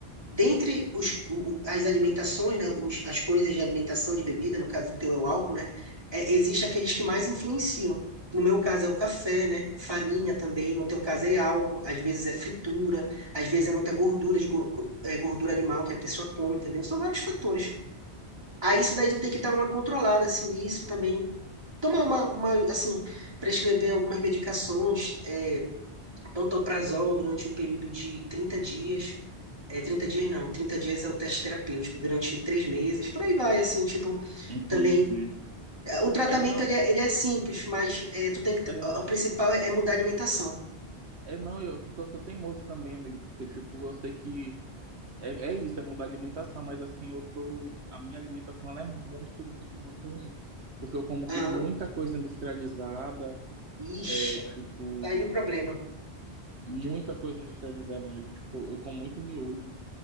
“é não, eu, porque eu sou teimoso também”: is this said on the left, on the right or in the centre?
Right